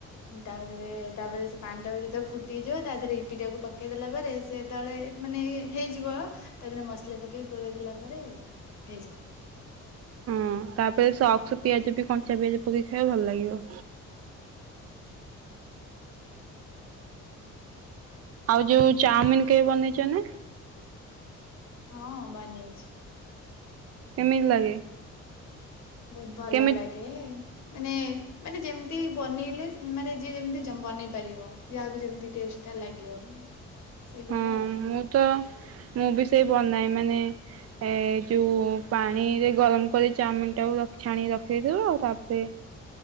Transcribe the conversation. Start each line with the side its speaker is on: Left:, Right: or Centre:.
Left: ତା ଦେହରେ ତାପରେ ସେ ପାଣି ଟା ଯେତେବେଳେ ଫୁଟିଯିବ ତା ଦେହରେ <unintelligible> କୁ ପକେଇଦେଲା ପରେ ସେ ତଳେ ମାନେ ହେଇଯିବ ତା ଦେହରେ ମସଲା ପକେଇକି ଗୋଳେଇଦେଲା ପରେ ହେଇଯାଏ।
Right: ହଁ ତାପରେ ସକ୍ସ ପିଆଜ ବି କଞ୍ଚା ପିଆଜ ପକେଇ ଖାଇବ ଭଲ ଲାଗିବ।
Left: <inaudible>
Right: ଆଉ ଯୋଉ ଚାଉମିନି କେବେ ବନେଇଚ ନା?
Left: ହଁ ବନେଇଛି।
Right: କେମିତି ଲାଗେ?
Left: ବହୁତ୍ ଭଲ
Right: କେମିତି
Left: ଲାଗେ। ମାନେ ମାନେ ଯେମିତି ବନେଇଲେ ମାନେ ଯିଏ ଯେମିତି ବନେଇ ପାରିବ ଯାହାକୁ ଯେମତି ଟେଷ୍ଟ <unintelligible> ଲାଗିବ ସେଇଭଳିଆ
Right: ହଁ
Left: ଆଉ।
Right: ମୁଁ ତ ମୁଁ ବି ସେଇ ବନାଏ ମାନେ ଏ ଯୋଉ ପାଣିରେ ଗରମ କରି ଚାଉମିନ ଟାକୁ ଛାଣି ରଖଦେଇଥିବ ତାପରେ